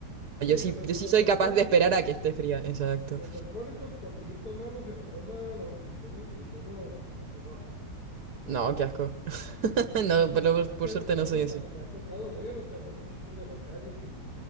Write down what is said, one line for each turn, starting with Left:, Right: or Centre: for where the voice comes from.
Left: Sí,
Right: Yo sí,
Left: los, a-
Right: yo
Left: los
Right: sí soy
Left: alcohólicos
Right: capaz de esperar a que esté fría, exacto.
Left: Los alcohólicos, por seguir tomando, se la toman aunque esté en el piso, no a sorbazos.
Right: No, qué asco. <laughs>
Left: Y, y
Right: No,
Left: sí- y sí
Right: pero
Left: me ha-
Right: por,
Left: es
Right: por
Left: que
Right: suerte
Left: me ha,
Right: no soy
Left: toca,
Right: así.
Left: me ha tocado ver, o sea, borrachitos de la calle que le-